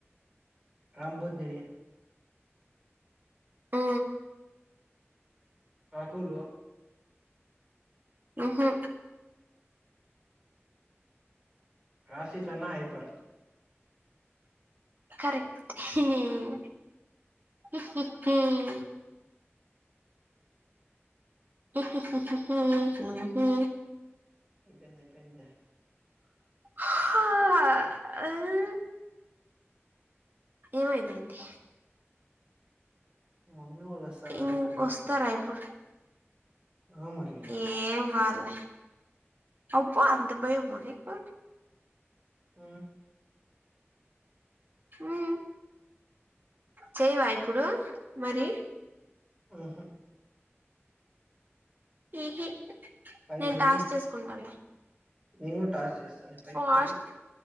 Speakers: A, on the right; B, on the right.
A: రామ్ పోతినేని
B: ఉ
A: రకులు
B: ఉహు
A: రాసి కన్నా హైపర్
B: కరెక్ట్ హేహు హి హి హి హి హి హి హి హుహు
A: అయిపోయింది అయిపోయింది లే
B: హా హు ఏం అయిపోయింది
A: మమ్మీ వాళ్ళు వస్తారని
B: ఈ
A: భయమైతుంది
B: వస్తారా ఇప్పుడు
A: ఆ మరి
B: ఏం కాదులే అబ్బా అంత భయం ఎక్కు
A: ఉ
B: ఉ చేయవా ఇప్పుడు మరి
A: ఉహు
B: ఉహు
A: పైకి
B: నేను
A: పోయి
B: టాస్క్ చేసుకుంటాలే
A: నేను కూడా టాస్క్ చేస్తాలే పైకి
B: ఫాస్ట్
A: పోయి